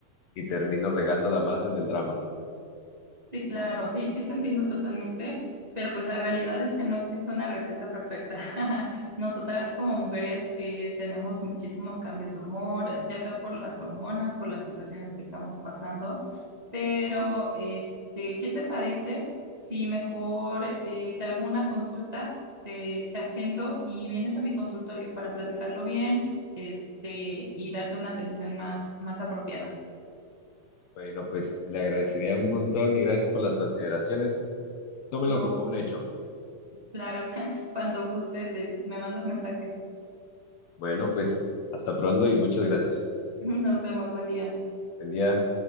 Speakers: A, on the left; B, on the right.
A: y termino regándola más en el drama.
B: Sí, claro, sí, sí te entiendo totalmente, pero pues la realidad es que no existe una receta perfecta. <laughs> Nosotras como mujeres eh, tenemos muchísimos cambios de humor, eh, ya sea por las hormonas, por las situaciones que estamos pasando, pero este, ¿qué te parece si mejor eh, te hago una consulta, te, te agendo y vienes a mi consultorio para platicarlo bien, este, y darte una atención más, más apropiada?
A: Bueno, pues le agradecería un montón y gracias por las consideraciones. Tómelo
B: ¿No?
A: como un hecho.
B: Claro, <laughs> cuando gustes, eh, me mandas mensaje.
A: Bueno, pues hasta pronto y muchas gracias.
B: <laughs> Nos vemos, buen día.
A: Buen día.